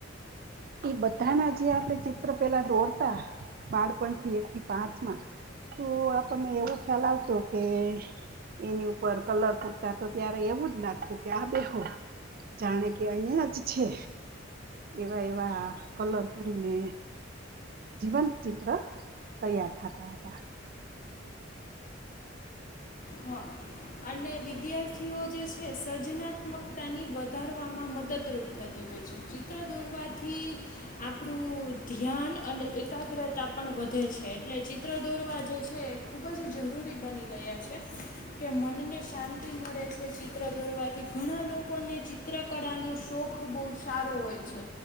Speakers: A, on the right; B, on the left.
A: એ બધાના જે આપણે ચિત્ર પેલા દોડત, બાળપણથી એક થી પાંચમા. તું આપણને એવો ખ્યાલ આવતો કે એની ઉપર કલર પૂટતા તો ત્યારે એવું જ નાખતું કે આ બેહો જાણે કે અહં જ છે, એવા એ કલર પૂરીને જીવંત ચિત્ર તૈયાર થતા હતા.
B: હા અને વિદ્યાર્થીઓ જે છે સર્જનાત્મકતાની વધારવામાં મદદરૂપ થતી. ચિત્ર દોરવાથી, આપણું ધ્યાન અને એકાગ્રતા પણ વધારે વધે છે એટલે ચિત્ર દોરવા જે છે એ ખૂબ જ જરૂરી બની ગયા છે. કે મનને શાંતિ મળે છે ચિત્ર દોરવાથી ઘણા લોકોને ચિત્રકળાનો શોખ ખૂબ સારો હોય છે,